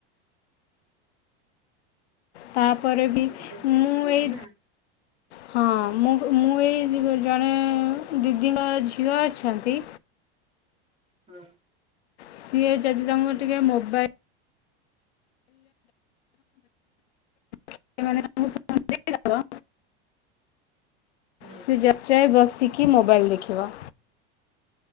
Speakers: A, on the left; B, on the right.
A: ତାପରେ ବି
B: ସିଜନ ଚେଞ୍ଜ
A: ମୁଁ
B: ହଉଛି
A: ଏଇ
B: ନା।
A: ହଁ ମୁଁ ମୁଁ ଏଇ ଜଣେ ଦିଦିଙ୍କ ଝିଅ ଅଛନ୍ତି
B: ହଁ
A: ସିଏ ଯଦି ତାଙ୍କୁ ଟିକେ ମୋବାଇଲ ସେ ତମକୁ ଫ ଦେଇ ଦବ
B: ହଁ
A: ସେ ଯାଉଚି ସେ ବସିକି ମୋବାଇଲ୍ ଦେଖିବ।